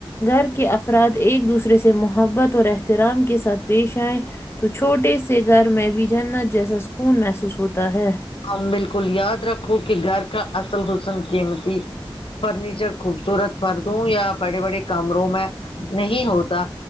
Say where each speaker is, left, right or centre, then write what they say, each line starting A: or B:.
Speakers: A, on the left; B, on the left.
A: گھر کے افراد ایک دوسرے سے محبت اور احترام کے ساتھ پیش آئےیں تو چھوٹے سے گھر میں بھی جنت جیسا سکون محسوس ہوتا ہے
B: ہم بالکل یاد رکھو کہ گھر کا اصل حسن قیمتی فرنیچر خوبصورت پردوں یا بڑے بڑے کمروں میں نہیں ہوتا